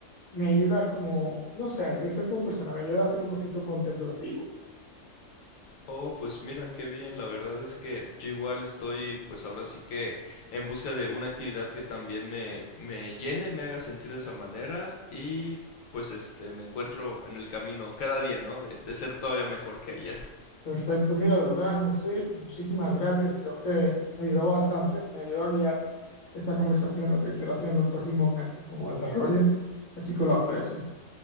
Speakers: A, on the left; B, on the left.
A: me ayuda como, no sé, a crecer como persona, me ayuda a ser un poquito contemplativo.
B: Oh, pues mira, qué bien. La verdad es que yo igual estoy, pues ahora sí que en busca de una actividad que también me, me llene, me haga sentir de esa manera y pues este, me encuentro en el camino cada día, ¿no? De, de ser todavía mejor que ayer.
A: Perfecto, mira, de verdad, José, muchísimas gracias, creo que me ayudó bastante, me ayudó a guiar esta conversación, lo que quiero hacer en los próximos meses como desarrollo, así que lo aprecio,